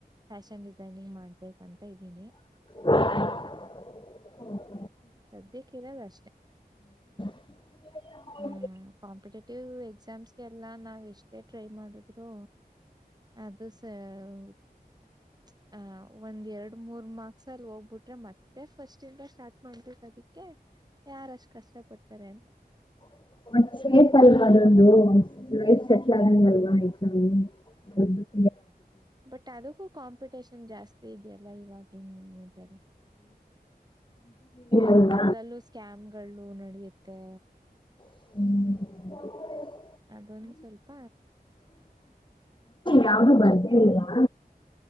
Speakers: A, on the right (about 25°); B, on the left (about 30°).
A: ಫ್ಯಾಷನ್ ಡಿಸೈನಿಂಗ್ ಮಾಡ್ಬೇಕಂತ <unintelligible> ತಾ ಇದ್ದೀನಿ
B: ಹ <unintelligible>
A: ಸದ್ಯಕ್ಕೆ ಇರೋದ್ ಅಷ್ಟೆ
B: ಹ <unintelligible>
A: ಹ್ಮ್ ಕಾಂಪಿಟೇಟಿವ್ ಎಕ್ಸಾಮ್ಸ್ ಎಲ್ಲಾ ನಾವ್ ಇಷ್ಟ <unintelligible> ಅಷ್ಟೇ ಟ್ರೈ ಮಾಡಿದ್ರು ಅದು ಸ <unintelligible> ಆ ಒಂದ್ ಎರಡು ಮೂರ್ ಮಾರ್ಕ್ಸ್ ಅಲ್ಲಿ ಹೋಗ್ಬಿಟ್ರೆ ಮತ್ತೆ ಫಸ್ಟ್ ಇಂದ ಸ್ಟಾರ್ಟ್ ಮಾಡಿಬೆಕ್ ಅದಕ್ಕೆ ಯಾರಷ್ಟು ಕಷ್ಟಪಡ್ ತರೆ ಅಂತ <unintelligible>
B: <unintelligible> ಸೇಫ ಅಲ್ವಾ ಅದೊಂದು ಲೈಫ್ ಸೆಟ್ಲ್ ಆದಂಗ್ ಅಲ್ವಾ ಎಕ್ಸಾಮು <inaudible>
A: ಬಟ್ ಅದಕ್ಕೂ ಕಾಂಪಿಟೇಷನ್ ಜಾಸ್ತಿ ಇದೆಯ ಲ್ಲ ಈವಾಗ್ ಹ್ಮ ಇದಾವೆ <unintelligible>
B: ಅಲ್ವಾ
A: ಅದ್ರಲ್ಲೂ ಸ್ಕ್ಯಾಮ್ ಗಳು ನಡೆಯುತ್ತೆ
B: ಹ್ಮ್
A: ಅದೊಂದ್ ಸ್ವಲ್ಪ
B: ಯಾವ್ದೂ ಬರ್ದೇ ಇಲ್ವಾ